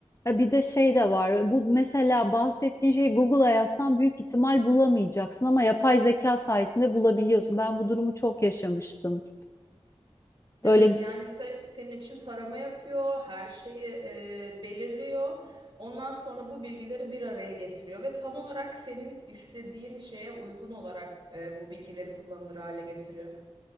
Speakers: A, on the left; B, on the right.
A: Ya Bir de şey de var. Bu mesela bahsettiğin şeyi Google'a yazsan büyük ihtimal bulamayacaksın ama yapay zeka sayesinde bulabiliyorsun. Ben bu durumu çok yaşamıştım.
B: Evet
A: Böyle
B: yani se- senin için tarama yapıyor, her şeyi e, belirliyor. Ondan sonra bu bilgileri bir araya getiriyor ve tam olarak senin istediğin şeye uygun olarak e, bu bilgileri kullanılır hale getiriyor.